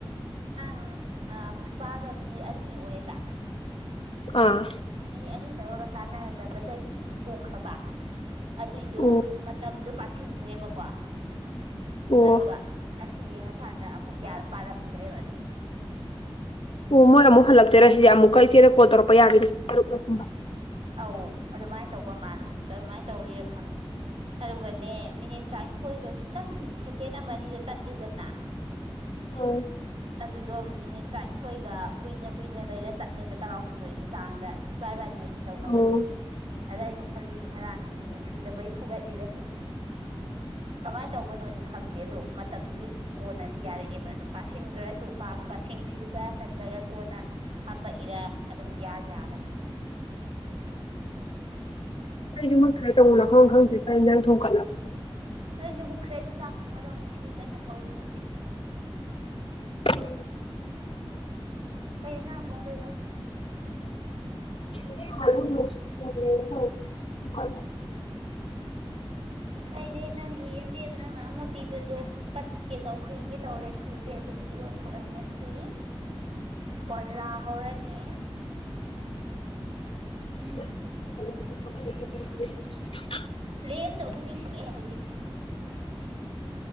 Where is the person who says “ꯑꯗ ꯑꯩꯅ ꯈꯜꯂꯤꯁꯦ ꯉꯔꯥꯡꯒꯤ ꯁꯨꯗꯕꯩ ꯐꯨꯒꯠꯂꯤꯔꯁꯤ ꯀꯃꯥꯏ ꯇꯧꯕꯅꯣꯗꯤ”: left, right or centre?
Right